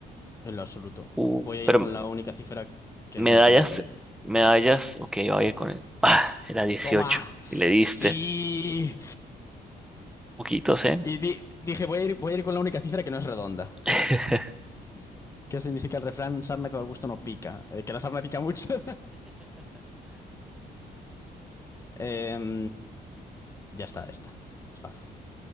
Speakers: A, on the left; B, in the centre.
A: en lo absoluto.
B: Uh,
A: Voy a
B: pero
A: ir con la única cifra que
B: medallas,
A: me parece...
B: medallas. Ok, oye, con el. Ah, era 18.
A: ¡Toma!
B: Y le diste.
A: ¡Sí!
B: Poquitos, ¿eh?
A: Y di- dije, voy a ir, voy a ir con la única cifra que no es redonda.
B: <laughs>
A: <laughs> ¿Qué significa el refrán? Sarna con gusto no pica. Eh, que la sarna pica mucho. <laughs> Em, ya está, esta. Es fácil.